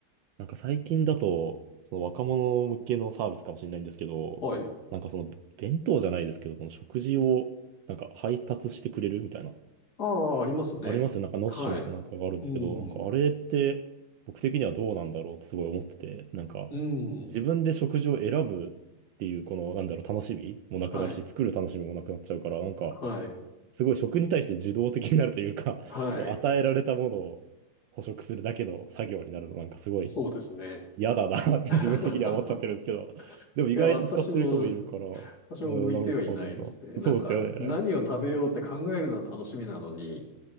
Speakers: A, on the right; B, on the left.
A: なんか最近だと、その若者向けのサービスかもしれないんですけど、
B: はい。
A: なんかその弁当じゃないですけど、この食事をなんか配達してくれるみたいな
B: ああ、ありますね。
A: ありますよ。なんかノッシュみたいななんかがあるんですけど、
B: はい。う
A: なんかあれって僕的にはどうなんだろうってすごい思ってて、
B: ん。
A: なんか
B: うん。
A: 自分で食事を選ぶっていうこのなんだろう楽しみもなくなるし、
B: はい。
A: 作る楽しみもなくなっちゃうから、なんか
B: はい。
A: すごい食に対して受動的になるというか、
B: はい。
A: <laughs> もう与えられたものを捕食するだけの作業になるのなんかすごい
B: そうですね。
A: 嫌だなって自分的には思っちゃってるんですけど、
B: <laughs>
A: でも意外と使ってる人もいるから、
B: いや、私も、私も向いてはいないですね。
A: うん、なんかあるんだ。そうですよね。
B: なんか、何を食べようって考えるのは楽しみなのに、